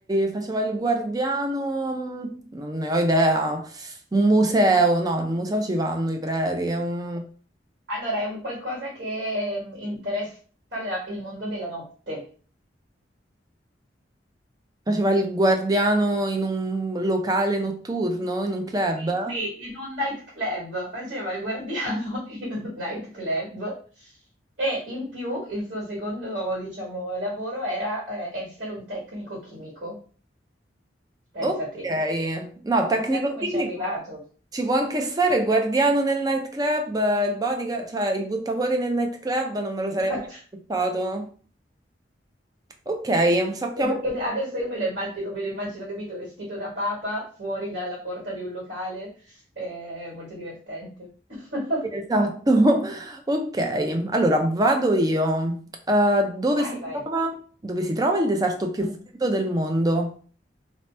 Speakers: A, on the right; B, on the right.
A: faceva il guardiano, mm, non ne ho idea. Un museo, no, al museo ci vanno i preti. è un-
B: Allora, è un qualcosa che mm, interessa la- il mondo della notte.
A: Faceva il guardiano in un locale notturno, in un club.
B: Sì, sì, in un nightclub, faceva il guardiano <laughs> in un nightclub e in più il suo secondo, diciamo, lavoro era eh, essere un tecnico chimico, pensa
A: Ok,
B: te.
A: no, tecnico-chimico.
B: Chissà come ci è arrivato.
A: Ci può anche stare il guardiano nel nightclub, eh, il bodyguard, cioè il buttafuori nel nightclub, non me lo sarei
B: Esatto.
A: mai
B: <laughs>
A: aspettato. Ok, sappiamo.
B: Anche Perché adesso io me lo immagino, me lo immagino, capito, vestito da papa fuori dalla porta di un locale, eh, molto divertente. <laughs>
A: Esatto. <laughs> Ok, allora vado io. Eh, dove
B: Vai,
A: si
B: vai.
A: trova, dove si trova il deserto più
B: Mm.
A: freddo del mondo?